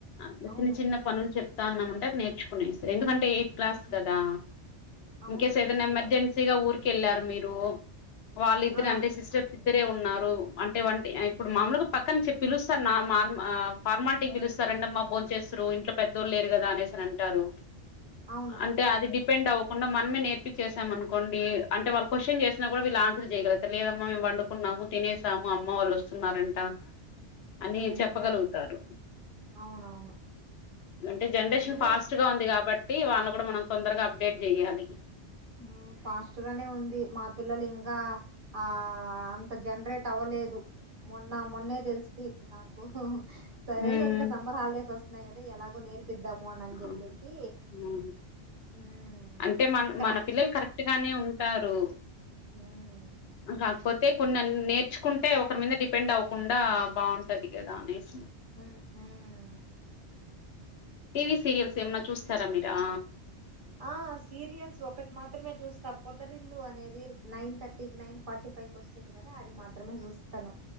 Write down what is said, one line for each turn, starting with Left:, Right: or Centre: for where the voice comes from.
Left: అట్ల
Right: అవును
Left: చిన్న చిన్న పనులు చెప్తాన్నము మంటే నేర్చుకునేస్ ఎందుకంటే క్లాస్
Right: ఉమ్,
Left: కదా
Right: అవును
Left: ఇన్కెస్ ఏదైనా
Right: ఎయిత్ క్లాస్
Left: ఎమర్జెన్సీగా ఊరికి వెళ్ళారు మీరు వాళ్ళిద్దరంటే
Right: ఆ
Left: సిస్టర్స్
Right: ఆ,
Left: ఇద్దరే ఉన్నారు. అంటే వంటి ఇప్పుడు మామూలుగా పక్కనుంచి పిలుస్తారు. నార్మమామ్ ఆ ఫార్మాలిటీకి పిలుస్తారండి. రండమ్మా భోన్ చేస్తూర్ ఇంట్ల పెద్దోళ్ళు లేరు కదా అనేసని అంటారు.
Right: అవును
Left: అంటే అది డిపెండ్ అవ్వకుండా మనమే నేర్పించేసాం అనుకోండి అంటే వ క్వశ్చన్ చేసిన కూడా వీళ్లు అన్స్ జేయగలుగుతారు లేదమ్మా మేము వండుకున్నాము. తినేసాము అమ్మ వాళ్ళు వస్తున్నారంట. అని
Right: ఉమ్,
Left: చెప్పగలుగుతారు.
Right: అవునవును
Left: అంటే జనరేషన్
Right: నేను
Left: ఫాస్ట్ గా ఉంది కాబ్ బట్టి వాళ్ళు కూడా మనం తొందరగా అప్డేట్ జేయాలి.
Right: ఉమ్ ఫాస్ట్ గానే ఉంది. మా పిల్లలు ఇంకా ఆ అంత జ జనరేట్ అవ్వలేదు. మొన్న మొన్నే తెలుసి నాకు సరేలే
Left: ఉమ్
Right: ఇంక సమ్మర్ హాలిడేస్ వస్తున్నాయి గదా ఎలాగొ నేర్ పిద్దామో అన్
Left: అవును
Right: చేప్పేసి
Left: అవును.
Right: మ్
Left: అంటే మన
Right: ఇన్
Left: మన పిల్లలు కరెక్ట్ గానే ఉంటారు.
Right: మ్మ్
Left: కాక్ పొ తే కొన్నని నేర్చుకుంటే ఒకరి మీద డిపెండ్ అవ్వకుండా బాగుంటది గదా అనేసి
Right: మ్మ్ మ్మ్
Left: టీవీ సీరియల్స్ ఏమన్న చూస్తారా మీరా
Right: ఆ సీరియల్స్ ఒకటి మాత్రమే చూస్తా. పొదరిల్లు అనేది నైన్ థర్టీకి నైన్ ఫార్టీ పైకి వస్తుంది గద అది మాత్రమే చూస్తను.